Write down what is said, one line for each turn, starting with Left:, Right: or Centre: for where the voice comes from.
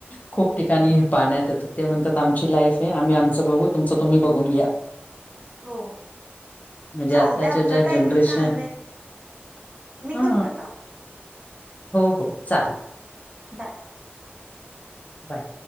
Left: खूप ठिकाणी पाहण्यात येतं ते म्हणतात आमची लाईफ आहे आम्ही आमचं बघू तुमचं तुम्ही बघून घ्या.
Right: हो
Left: म्हणजे
Right: चालतय
Left: आत्ताच्या
Right: आपलं
Left: ज्या
Right: टायमिंग
Left: जनरेशन
Right: झालंय. मी
Left: हा
Right: करू का आता?
Left: हो हो चाल
Right: बाय!
Left: बाय!